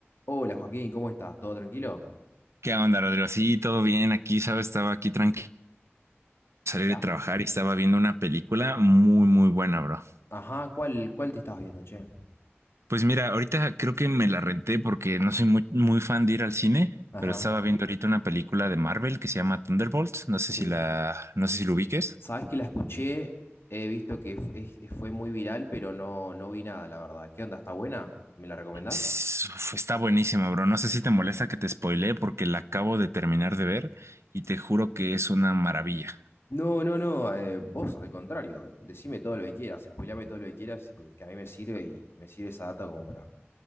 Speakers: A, on the left; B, on the right.
A: Hola Joaquín, ¿cómo estás? ¿Todo tranquilo?
B: ¿Qué onda, Rodrigo? Sí, todo bien. Aquí, ¿sabes? Estaba aquí tranquilo, salir
A: Mirá.
B: de trabajar y estaba viendo una película muy, muy buena, bro.
A: Ajá, ¿cuál, cuál te estás viendo, che?
B: Pues mira, ahorita creo que me la renté porque no soy muy, muy fan de ir al cine,
A: Ajá,
B: pero estaba viendo ahorita una película de Marvel que se llama Thunderbolts. No sé
A: sí.
B: si la, no sé si lo ubiques.
A: Sabes que la escuché, he visto que f- es- fue muy viral, pero no, no vi nada, la verdad. ¿Qué onda? ¿Está buena? ¿Me la recomendás?
B: S- uf, está buenísima, bro. No sé si te molesta que te spoilee porque la acabo de terminar de ver y te juro que es una maravilla.
A: No, no, no, eh, vos al contrario, decime todo lo que quieras, spoilame todo lo que quieras, y que a mí me sirve y me sirve esa data como para,